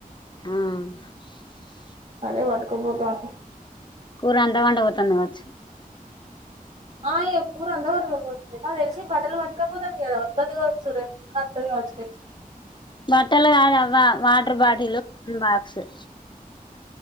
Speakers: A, on the left (about 30°); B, on the right (about 40°).
A: మ్
B: అదే పటుకోపోతాను
A: కూర అంత వండపోతు అండవచ్చు
B: ఆ ఎప్పుడూ అందరకుపోతుంది నాకు తెలిసి బట్టలు పట్టుకపోతుంది కదా వత్తది కావచ్చు రేపు పొదు అత్తది కావచ్చు రే
A: బట్టలు కాదువ్వ వాటర్ బాటిల్ా స